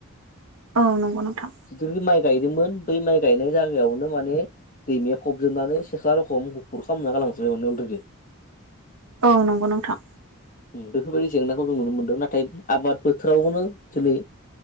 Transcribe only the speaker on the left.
जिथुनाखि माइ गायदोंमोन बै माइ गायनाय जायगायावनो माने। दैमाया फबजोबनानै सेख्ला रखम गुफुर खालामना गालांजोबबाय माने अलरेडि।
बेफोरबायदि जेंनाखौ जों नुनो मोनदों नाथाय आबाद बोथोरावनो दिनै।